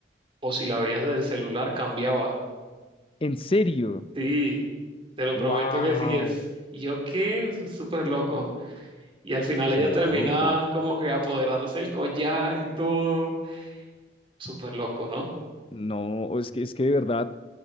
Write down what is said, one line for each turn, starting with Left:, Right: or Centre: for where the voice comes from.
Right: o si la veías del celular, cambiaba.
Left: ¿En serio?
Right: Sí, te lo
Left: ¡Wow!
Right: prometo que sí es. Y yo qué, Sú- súper loco. Y al final
Left: Qué
Right: ella termina
Left: loco.
Right: como que apoderándose del collar y todo. Súper loco, ¿no?
Left: No, es que, es que de verdad,